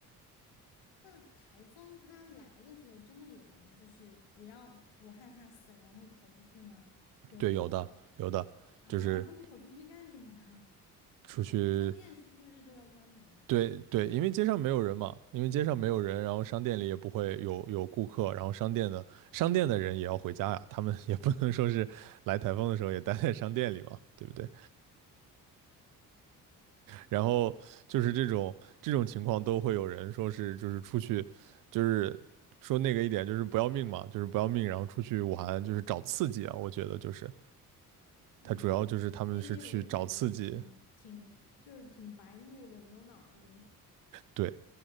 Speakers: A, on the left; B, on the right.
A: 那台风它来的时候，真的有人就是不要不害怕死，然后会跑出去吗？有人吗？
B: 对，有的有的就是
A: 啊，他们跑出去干什么啊？
B: 出去
A: <laughs> 商店是不是都要关门啊？
B: 对对，因为街上没有人嘛，因为街上没有人，然后商店里也不会有有顾客，然后商店的商店的人也要回家呀，他们也不能说是来台风的时候也待在商店里嘛，对不对？然后就是这种这种情况都会有人说是就是出去，就是说那个一点就是不要命嘛，就是不要命，然后出去玩就是找刺激啊，我觉得就是
A: 嗯，
B: 他主要就是他们是去找刺激，
A: 这些人感觉挺挺就是挺白目的，没有脑子。
B: 对，